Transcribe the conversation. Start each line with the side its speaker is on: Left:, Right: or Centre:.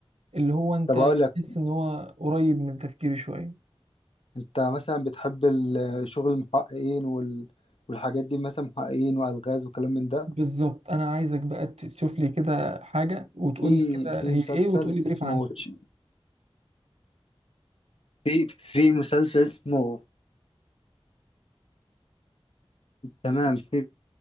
Right: اللي هو انت
Left: طب أقول لك
Right: تحس ان هو قريب من تفكيري شوية
Left: انت مثلا بتحب ال- شغل المحققين وال... والحاجات دي مثلا محققين والغاز وكلام من ده
Right: بالظبط انا عايزك بقى تشوف لي كده حاجة وتقول
Left: في
Right: لي كده
Left: في
Right: هي
Left: مسلسل
Right: ايه وتقول لي بريف
Left: اسمه
Right: عنها
Left: تش- في في مسلسل اسمه تمام في